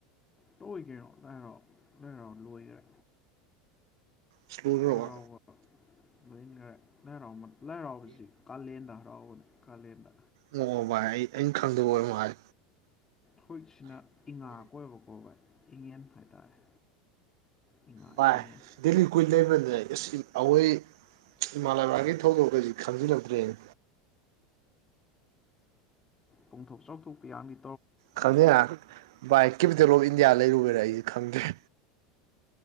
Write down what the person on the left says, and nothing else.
ꯇ ꯑꯣꯏꯒꯦꯔꯣ ꯅꯅꯥꯏꯔꯣ ꯅꯣꯏꯔꯣ ꯂꯣꯏꯈꯔꯦ
ꯂꯥꯏ ꯍꯔꯥꯎꯕ ꯂꯣꯏꯈꯔꯦ ꯂꯥꯏ ꯍꯔꯥꯎ ꯃꯠ ꯂꯥꯏ ꯍꯔꯥꯎꯕꯁꯤ ꯀꯥꯂꯦꯟꯗ ꯍꯔꯥꯎꯕꯅꯤ ꯀꯥꯂꯦꯟꯗ
ꯍꯧꯏꯛꯁꯤꯅ ꯏꯉꯥ ꯀꯣꯏꯋꯦꯕꯀꯣ ꯚꯥꯏ ꯏꯉꯟ ꯍꯥꯏꯇꯥꯔꯦ ꯏꯉꯥ
ꯏꯉꯦꯟ
ꯄꯨꯡꯊꯣꯛ ꯆꯥꯎꯊꯣꯛꯄꯤ ꯌꯥꯝꯃꯤ